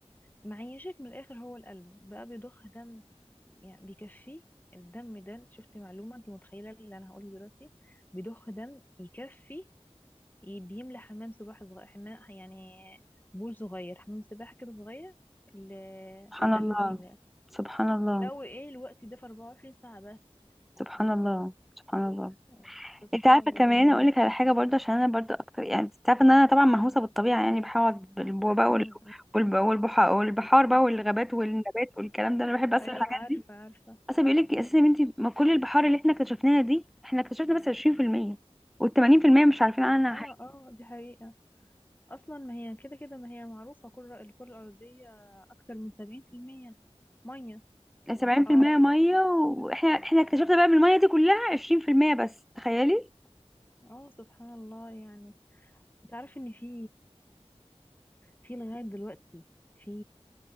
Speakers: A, on the left; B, in the centre.
A: معيشك من الآخر هو القلب بقى بيضخ دم يعني بيكفي الدم ده شفت معلومة انت متخيلة اللي انا هقوله دلوقتي بيضخ دم يكفي ي- بيملى حمام سباحة صغير حمام يعني بول صغير حمام سباحة كده صغير ال-
B: سبحان
A: القلب
B: الله
A: بيملاه
B: سبحان الله
A: لو ايه الوقت ده في 24 ساعة بس
B: سبحان الله سبحان الله
A: يعني سبحان
B: انت عارفه
A: الله
B: كمان اقول لك على حاجه برضه عشان انا برضه اكتر يعني انت عارفه ان انا طبعا مهووسه بالطبيعه يعني بحاول بالبو بقى
A: امم
B: وال- والب- والبحار والبحار بقى والغابات والنبات والكلام ده انا بحب اصلا
A: ايوه
B: الحاجات
A: عارفة
B: دي
A: عارفة
B: اصلا بيقول لك اساسا يا بنتي ما كل البحار اللي احنا اكتشفناها دي احنا اكتشفنا بس 20% وال80% مش عارفين عنها
A: اه
B: حاجه
A: اه دي حقيقة اصلا ما هي كده كده ما هي معروفة كل الكرة الارضية اكتر من 70% مية
B: 70%
A: ابحار
B: ميه
A: وانهار
B: واحنا احنا اكتشفنا بقى من الميه دي كلها 20% بس تخيلي
A: اه سبحان الله يعني تعرف ان في في لغاية دلوقتي في